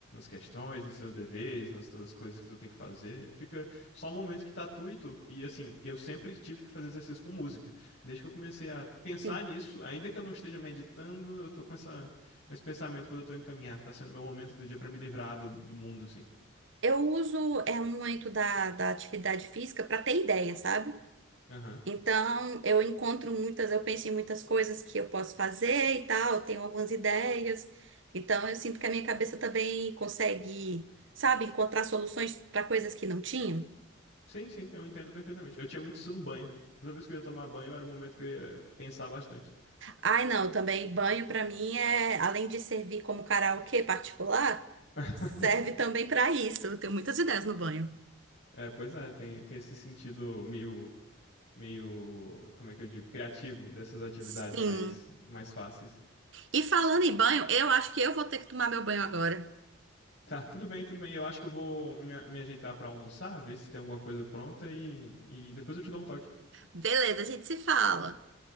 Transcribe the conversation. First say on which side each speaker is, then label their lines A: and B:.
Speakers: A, on the left; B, on the right.
A: questões, nos seus deveres, nas suas coisas que tu tem que fazer. Fica só um momento que tá tu e tu. E assim, eu sempre tive que fazer exercício com música. Desde que eu comecei a pensar
B: sim.
A: nisso, ainda que eu não esteja meditando, eu tô com essa, com esse pensamento quando eu tô indo caminhar. Tá sendo meu momento do dia pra me livrar do, do mundo, assim.
B: Eu uso é, um momento da, da atividade física para ter ideia, sabe?
A: Aham.
B: Então, eu encontro muitas, eu penso em muitas coisas que eu posso fazer e tal, eu tenho algumas ideias. Então, eu sinto que a minha cabeça também consegue, sabe, encontrar soluções para coisas que não tinha.
A: Sim, sim, eu entendo perfeitamente. Eu tinha muito isso no banho. Toda vez que eu ia tomar banho, era o momento que eu ia pensar bastante.
B: Ai, não, também banho para mim é, além de servir como karaokê particular,
A: <laughs>
B: serve também para isso. Eu tenho muitas ideias no banho.
A: É, pois é, tem, tem esse sentido meio meio, como é que eu digo, criativo dessas atividades
B: Sim.
A: mais, mais fáceis.
B: E falando em banho, eu acho que eu vou ter que tomar meu banho agora.
A: Tá, tudo bem, tudo bem. Eu acho que eu vou me, me ajeitar pra almoçar, ver se tem alguma coisa pronta e, e depois eu te dou um toque.
B: Beleza, a gente se fala.